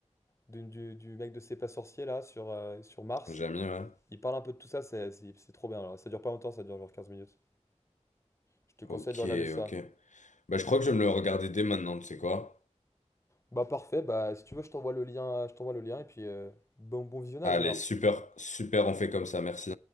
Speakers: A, on the left; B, on the left.
A: du, du- du mec de C'est pas sorcier là sur, euh, sur Mars.
B: Jamais, ouais.
A: Il parle un peu de tout ça, c'est c'est- c'est trop bien. alors. Ça dure pas longtemps, ça dure genre 15 minutes. Je te conseille
B: Ok,
A: de regarder ça.
B: ok. Bah, je crois que je vais me le regarder dès maintenant, tu sais quoi?
A: Bah parfait, bah si tu veux, je t'envoie le lien, je t'envoie le lien et puis euh, bon, bon visionnage
B: Allez,
A: alors.
B: super, super, on fait comme ça, merci.